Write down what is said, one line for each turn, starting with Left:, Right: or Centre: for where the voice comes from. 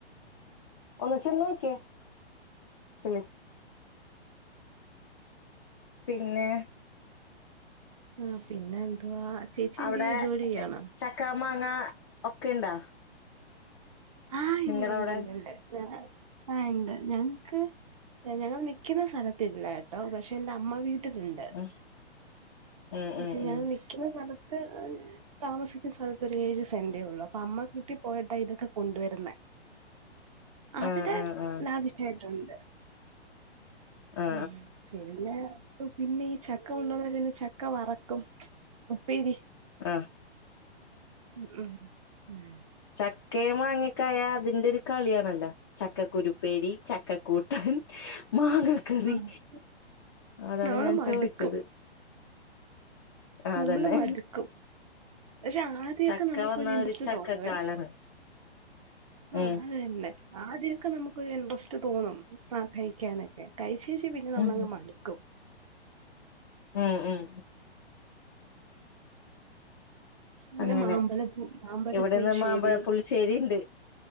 Left: ഒന്ന് ചെന്നോക്യേ ചെല്ല് പിന്നെ
Right: ആ പിന്നെ എന്തുവാ ചേച്ചി
Left: അവിടെ
Right: എന്തെയ്യുവ ജോലിച്ചയുവാണോ
Left: ചക്ക മാങ്ങ ഒക്കെ ഇണ്ടാ
Right: ആഹ്
Left: നിങ്ങടെ
Right: ഉണ്ട് ഇണ്ട്
Left: അവിടെ
Right: ഉണ്ട്ണ്ട് ആഹ് എണ്ട് ഞങ്ങക്ക് ഞങ്ങൾ നിക്കുന്ന സ്ഥലത്ത്ല്ല കെട്ടോ പക്ഷെ എന്റെ അമ്മ വീ ട്ടില്ണ്ട്
Left: ഉം ഉം
Right: പക്ഷെ
Left: ഉം ഉം
Right: ഞാൻ നിക്കണ സ്ഥലത്ത് ത്ത് താമസിക്കുന്ന സ്ഥലത്ത് ഒരു ഏഴ് സെന്റേ ഉള്ളു അപ്പൊ അമ്മ വീട്ടി പോയിട്ടാ ഇതൊക്കെ കൊണ്ടുവരുന്നേ അവിടെ
Left: ആ ആ ആ
Right: ലാവിശായി- ട്ടുണ്ട്
Left: ആ
Right: <inaudible> ഉം പിന്നെ പിന്നെ ഈ ചക്ക കെണ്ടന്ന പിന്നെ ചക്ക ഒക്കെ വറക്കും ഉപ്പേരി
Left: ആ ആ
Right: <inaudible> ഉം ഉം
Left: ചക്കെ മാങ്ങേക്കായ അതിന്റെ ഒരു കളിയാണല്ലോ ചക്കക്കുരുപ്പേരി ചക്കക്കൂട്ടൻ മാങ്ങക്കറി
Right: ആഹ്
Left: അതാണ്
Right: നമ്മള്
Left: ഞാൻ
Right: മടുക്കും
Left: ചോദിച്ചത് ആ
Right: നമ്മള്
Left: അതന്നെ
Right: മടുക്കും പക്ഷെ ആദ്യമൊക്കെ
Left: ചക്ക
Right: നമുക്കൊരു
Left: വന്ന
Right: ഇൻട്രസ്റ്റ്
Left: ഒരു ചക്കക്കാലാണ്
Right: തോന്നുവേ ആ
Left: ഉം
Right: അത് തന്നേ ആദ്യമൊക്കെ നമുക്കൊരു ഇൻട്രസ്റ്റ് തോന്നും ആ കഴിക്കാനൊക്കെ കൈശേഷി പിന്നെ നമ്മളങ്ങ്
Left: ഉം
Right: മടുക്കും
Left: ഉം ഉം
Right: പിന്നെ
Left: അങ്ങനെ
Right: മാമ്പലപ്പൂ മാമ്പഴപ്പുളിശ്ശേരി
Left: ഇവിടെന്ന് മാമ്പഴപുളിശ്ശേരി ഉണ്ട്